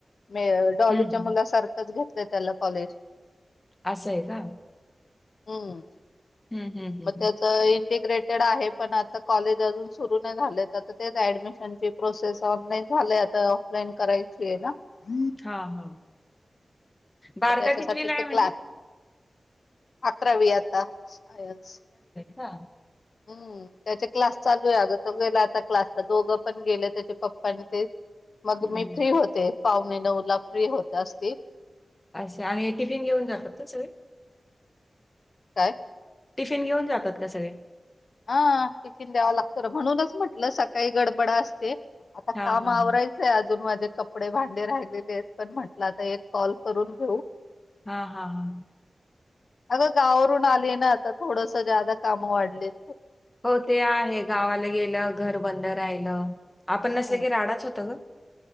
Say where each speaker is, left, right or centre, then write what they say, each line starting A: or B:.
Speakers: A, on the left (about 75°); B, on the left (about 20°).
A: मे डॉलीच्या
B: हं, हं.
A: मुला सारखंच घेत ते त्याला कॉलेज
B: असंय का?
A: हं.
B: हं, हं, हं,
A: म
B: हं.
A: त्याच इंटिग्रेट कडे आहे पण आता कॉलेज अजून सुरू नाही झाल तर आता तेच ऍडमिशनची प्रोसेस ऑनलाईन झालंय आता ऑफलाईन करायची आहे ना. मग
B: हा हा. बारका
A: त्याच्यासाठीच
B: कितवीला आहे
A: ते क्लास
B: म्हणली?
A: अकरावी आता सायन्स
B: हा.
A: हम्म. त्याचे क्लास चालूय आग तो, गेलाय आता. क्लासला, दोघं पण गेलं त्याचे पप्पा आणि ते मग
B: हं,
A: मी
B: हं.
A: फ्री होते, पाव <unintelligible> ला फ्री होत असती.
B: असय आणि टिफिन घेऊन जातात का सगळे?
A: काय?
B: टिफिन घेऊन जातात का सगळे?
A: हा टिफिन द्यावा लागतो, ना म्हणूनच म्हटलं सकाळी गडबडा असते. आता काम
B: हां, हां.
A: आवरायचंय अजून माझ कपडे, भांडी राहिलेलेत पण म्हटलं तर एक कॉल करून घेऊ
B: हा हा हा.
A: अगं गावावरून आलीये ना आता थोडस ज्यादा कामं वाढलेत.
B: हो ते आहे गावाला गेलं घर बंद राहिलं आपण
A: हम्म
B: नसल की राडाच होतो.